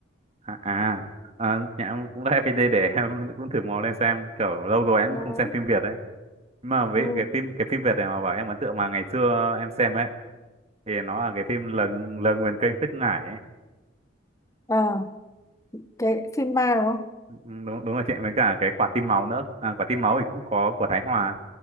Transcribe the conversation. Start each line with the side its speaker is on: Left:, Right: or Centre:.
Right: À, à, à nhà em cũng <laughs> là FPT để em <laughs> cũng thử mò lên xem. Kiểu lâu rồi em
Left: Đó.
Right: không xem phim Việt đấy. Nhưng mà với
Left: Ừ.
Right: cái phim cái phim Việt này mà bảo em ấn tượng mà ngày xưa em xem ấy thì nó là cái phim Lời Lời Nguyền Kênh Phết Ngải ấy
Left: À, cái phim ma đúng không?
Right: Ừ, đúng đúng là chị với cả cái quả tim máu nữa à, quả tim máu thì cũng có của Thái Hòa